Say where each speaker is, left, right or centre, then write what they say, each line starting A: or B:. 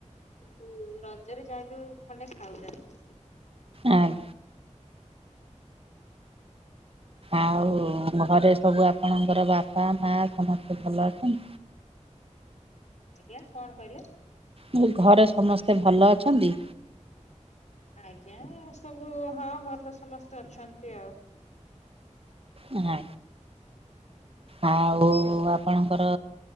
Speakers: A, on the left; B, on the right.
A: କିନ୍ତୁ ରଜରେ ଯା ବି ହୋଉ ଖଣ୍ଡେ ଖାଉଛନ୍ତି
B: ଆଁ୍ା ଆଉ ଘରେ ସବୁ ଆପଣଙ୍କର ବାପା ମା ସମସ୍ତେ ଭଲ ଅଛନ୍ତି।
A: ଆଜ୍ଞା କଣ କହିଲେ
B: ମୁ ଘରେ ସମସ୍ତେ ଭଲ ଅଛନ୍ତି।
A: ଆଜ୍ଞା ସବୁ ହଁ ଭଲ ସମସ୍ତେ ଅଛନ୍ତି ଆଉ
B: ହଁ ଆଉ ଆପଣଙ୍କର